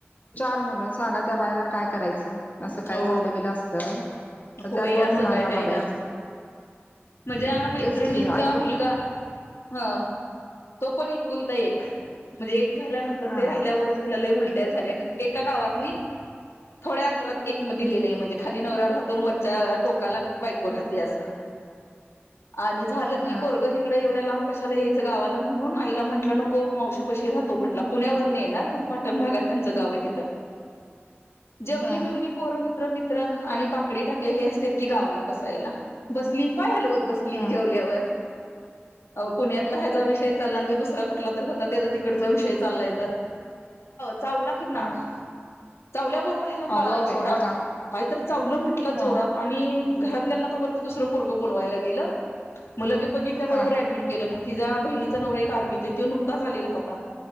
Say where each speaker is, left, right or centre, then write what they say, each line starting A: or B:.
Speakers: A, on the left; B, on the left.
A: चार मुलं सांगा त्या बाईला काय करायचं. असं काय
B: हो
A: झालं बिल असत तर
B: नको
A: त्या
B: बाई
A: कोण
B: असं
A: मुलांना
B: काय व्हायला
A: बघायचं.
B: माझ्या मैत्रिणीचा
A: तेच की ऐकून
B: मुलगा ह तो पण एक कुलता एक म्हणजे एक झाल्यानंतर
A: हा
B: ते राहिल्यावरच तिला लय उल ट्या झाल्या एका गावातली थोड्या अंतरात एक दिलेलं आहे म्हणजे खाली नवरा राहतो न वरच्या टोकाला बायको राहते असं आणि झालं की
A: हा
B: पोरग इकड एवढ्या लांब कशाला याय गावाला म्हणून आईला म्हटलं नको मावशी पाशी राहतो म्हटला पुण्यावर येणार मग पाटण भागात त्यांच गाव ये. तिथं जेवली
A: हा
B: बिवली पोरं मित्र मित्र आणि बाकडी टाकलेले असते की गावाला बसायला बसली पाय हलवत बसली
A: हा
B: की जेवल्यावर पुण्यातला हा जा विषय चालला आणि तो दुसरा कुठ ला तर होता त्या तिकडचा विषय चाललाय चावला कि नाग
A: हा
B: चावल्याबरोबर हयाला कळाळ
A: अगो बाई बघा
B: काही तर चावलं म्हटलं
A: हा
B: जोरात आणि घरातल्यांना त वरती दुसरं पोरगं बोलवायला गेलं मग लगे बघितल्या बरोबर
A: हा
B: ऍडमिट केलं मग तिचा बहिणीचा नवरा एक आर्मीत तो नुकताच आलेला होता.